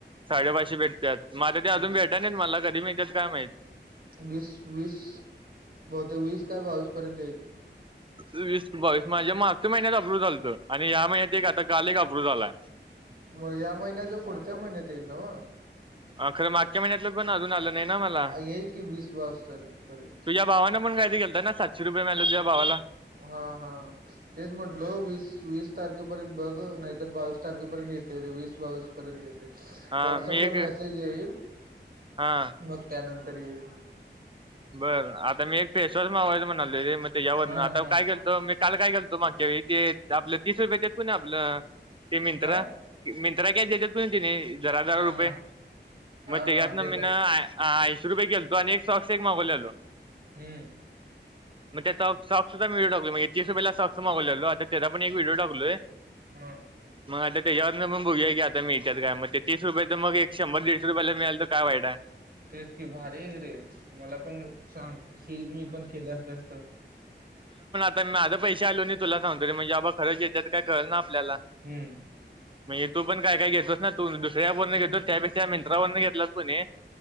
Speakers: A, on the right; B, on the right.
A: साडेपाचशे भेटत्यात माझं ते अजून
B: ह
A: भेटाय नाहीत मला कधी मिळत्यात काय माहित
B: वीस, वीस बहुतेक वीस, काय बावीस. पर्यंत येईल?
A: वीस बावीस माझ्या मागचच्या महिन्यात अप्रूल झालतं, आणि या महि्यात एक आता काल अप्रू्ल झालाय.
B: मग या महिन्याच्या पुढच्या महिन्यात येईल नव्ह
A: अ खरं मागच्या महिन्यातल पण अजून आलं नाहीं ना मला,
B: येईल की वीस बावीस तारखेपर्यंत
A: तुझ्या भावान पण काय तरी केलता ना सातशे. रुपये मिळाले तुझ्या भावाला
B: हा हा तेच म्हटल वीस, वीस तारखे! पर्यंत बघ. नाही तर बावीस तारखेपर्यंत येते रे वीस, बावीस पर्यंत येत.
A: हा
B: व्हॉट्सअप
A: मी एक
B: ला मेसेज येईल.
A: हा
B: मग त्यानंतर तर येईल.
A: बरं आता मी एक फेसवॉश मागवायचं म्हणालोय मग त्याच्यावरन
B: हा
A: आता
B: हा
A: काय केेलतो मी काल काय केलतो मागच्या वेळी ते आपलं तीस रुपये येतात ना आपलं ते मिंत्रा
B: काय
A: मिंत्रा क त्याच्यात पण तिन्ही जरा जरा
B: हा
A: रुपये
B: हा हा
A: मग त्याच्यातन
B: हा देतात
A: मीन आय आय शरू केलतो आणि एक सॉ तेक मागवलेलो.
B: हम्म.
A: मग त्या सॉक्स सॉक्स चा व्हिडिओ टाकलो, म्ह तिस रुपेला सॉक्स मागवलेलो आता त्या पण एक व्हडिओ टाकलोय.
B: हा
A: मग आता तेच्यावरन मग बघूया की आता मिळत काय मग ते तीस रुपयाच मग एक शंभर दीडशे रुपयाला मिळाल तर काय वाईटाय.
B: तेच की भारी आहे रे मला पण सांग. शिल् मी पण केलंअस असत.
A: मी आता पैसे आलोनी तुला सांगतो र म्हणजे बाबा खरच त काय कळ ना आपल्याला
B: हम्म
A: म्हण तो पण काय काय घेतो ना तू दुसऱ्या फोन घेतो. त्यापेक्षा मिंट्रावरून घेतला तूनी